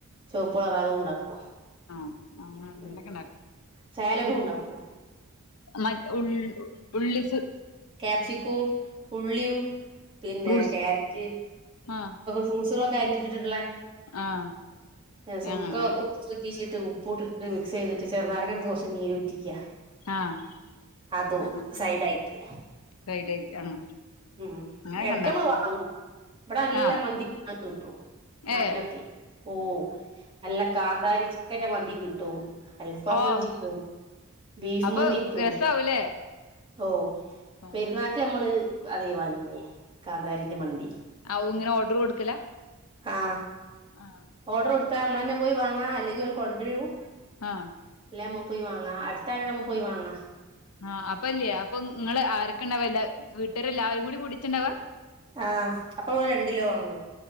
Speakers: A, on the right; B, on the left.
A: ചുവപ്പ് കളറ് ആതും ഉണ്ടാക്കും
B: ആഹ് അങ്ങനെ അങ്ങനെക്കെ
A: ഉം
B: ഇണ്ടാക്കും
A: സാലഡും ഉണ്ടാക്കോ.
B: മ ഉള്ള ഉള്ളി സു.
A: ക്യാപ്സിക്കവും ഉള്ളിയും പിന്നെ
B: ഫ്രൂട്ട്സ്
A: ക്യാരറ്റ്
B: ആഹ്
A: ഫ്രൂട്സുകൾ ഒക്കെ അരഞ്ഞിട്ടിട്ടുള്ള
B: ആഹ്
A: ഏഹ് സുർക്ക
B: അങ്ങനെ
A: <unintelligible> ഉറ്റീച്ചിട്ട് ഉപ്പ് ഇട്ട് മിക്സ് ചെയ്തിട്ട് ചെറുനാരങ്ങക്കിന്ന് കുറച്ച് നീര് ഉറ്റിക്കുക.
B: ആഹ്
A: അതും
B: ആഹ്
A: സൈഡായിട്ട്
B: <unintelligible> ആഹ്
A: ഉം
B: അങ്ങനൊക്കെ
A: ഇടക്ക്
B: ഉണ്ടാക്കും
A: നമ്മള് വാങ്ങും ഇവിടെ നല്ലാ
B: ആഹ്
A: മന്തി വാങ്ങൻ കിട്ടും. നാട്ടിലൊക്കെ
B: ഏഹ്
A: ഓഹ് നല്ല കാന്താരി ചിക്കന്റെ മന്തി കിട്ടും അൽഫാം
B: ഓഹ്
A: മന്തി കിട്ടും. ബീഫ്
B: അപ്പൊ
A: മന്തി കിട്ടുവോ
B: രസാവൂലേ
A: ഓഹ്
B: ആ
A: പെരുനാള്ക്ക് അത് നമ്മള് അതെ വാങ്ങിനെ കാന്താരിന്റെ മന്തി.
B: ഔ ഇങ്ങനെ ഓർഡർ കൊടുക്കലാ
A: ആഹ്
B: ആഹ്
A: ഓർഡർ കൊടുത്താ നമ്മൾ തന്നെ പോയി വാങ്ങാം അല്ലെങ്കിൽ ഓല് കൊണ്ടുരും.
B: ആഹ്
A: അല്ല നമ്മക്കും പോയി വാങ്ങ അടുത്തായിനോട് നമ്മക്ക് പോയി വാങ്ങ.
B: ആഹ് അപ്പം അല്ലേ അപ്പൊ ഇങ്ങള് ആരൊക്കെ ഇണ്ടവാ എല്ലാ വീട്ടുകാര് എല്ലാവരും കൂടി കുടിറ്റ് ഇണ്ടവാ.
A: ആഹ് അപ്പൊ ഇങ്ങള് രണ്ടി കിലോ വാങ്ങേ